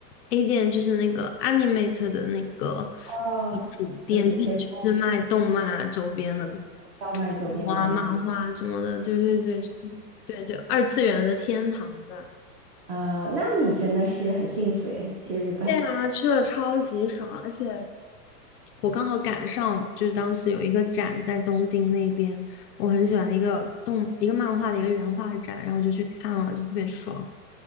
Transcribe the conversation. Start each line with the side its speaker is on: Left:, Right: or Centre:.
Left: ，A 店就是那个 Animate 的那个
Right: 哦，
Left: 主店，
Right: 就是接触
Left: 就是卖动漫啊周边的。
Right: 到曼周边的东西
Left: 画漫画什么的，对对对，就是对，就二次元的天堂吧。
Right: 啊，那你真的是很幸福诶，去日本
Left: 对啊，去了超级爽，而且我刚好赶上，就是当时有一个展在东京那边，我很喜欢的一个动一个漫画的一个原画展，然后我就去看了，就特别爽。